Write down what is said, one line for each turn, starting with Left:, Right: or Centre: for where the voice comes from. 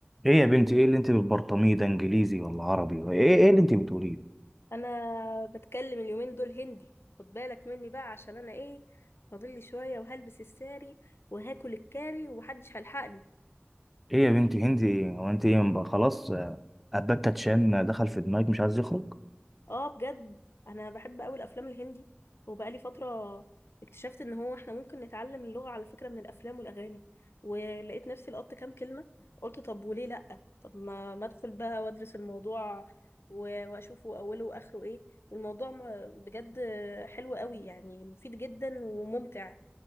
Centre: ايه يا بنتي ايه اللي انت بتبرطميه ده انجليزي ولا عربي ولا ايه ايه اللي انت بتقوليه ده
Left: انا بتكلم اليومين دول هندي خد بالك مني بقى عشان انا ايه فاضل لي شويه وهلبس الساري وهاكل الكاري ومحدش هيلحقني
Centre: ايه يا بنتي هندي ايه؟ هو انت ايه بقى خلاص آه، ابات تتشان دخل في دماغك مش عايز يخرج
Left: اه بجد انا بحب قوي الافلام الهندي وبقالي فتره اكتشفت ان هو احنا ممكن نتعلم اللغه على فكره من الافلام والاغاني ولقيت نفسي لقطت كام كلمه قلت طب وليه لا طب ما ما ادخل بقى وادرس الموضوع و- واشوفه اوله واخره ايه والموضوع م- بجد حلو قوي يعني مفيد جدا وممتع